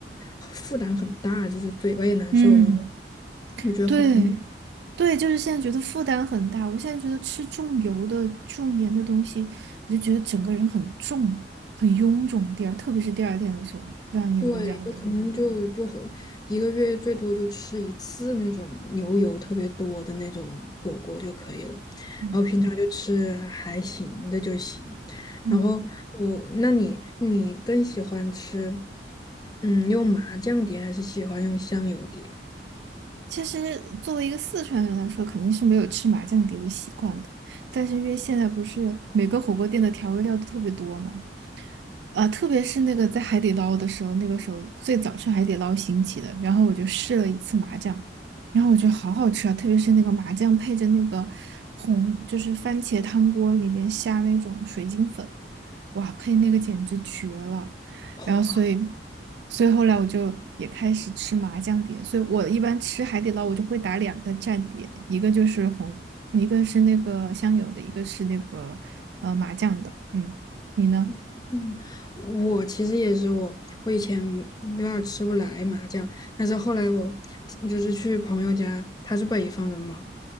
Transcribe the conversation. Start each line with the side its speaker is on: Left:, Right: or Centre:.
Left: 负担很大，就是嘴巴也难受，
Right: 嗯，
Left: 然后我觉得很腻。
Right: 对，对，就是现在觉得负担很大。我现在觉得吃重油的、重盐的东西，我就觉得整个人很重、很臃肿。第二，特别是第二天的时候，不知道你有没有这样的感觉？
Left: 对，就可能就就和一个月最多就吃一次那种牛油特别多的那种火锅就可以了，
Right: 嗯
Left: 然后平常就吃还行的就行。
Right: 嗯，
Left: 然后我，那你你更喜欢吃，嗯，用麻酱碟还是喜欢用香油碟？
Right: 其实作为一个四川人来说，肯定是没有吃麻酱碟的习惯的。但是因为现在不是每个火锅店的调味料都特别多嘛，啊，特别是那个在海底捞的时候，那个时候最早是海底捞兴起的，然后我就试了一次麻酱，然后我觉得好好吃啊，特别是那个麻酱配着那个红，就是番茄汤锅里面下那种水晶粉，哇，配那个简直绝了。
Left: <laughs>
Right: 然后所以，
Left: 哇，
Right: 所以后来我就也开始吃麻酱碟，所以我一般吃海底捞我就会打两个蘸碟，一个就是红，一个是那个香油的，一个是那个呃麻酱的，嗯，你呢？
Left: 嗯嗯，我其实也是我，我以前有点儿吃不来麻酱，但是后来我就是去朋友家，他是北方人嘛，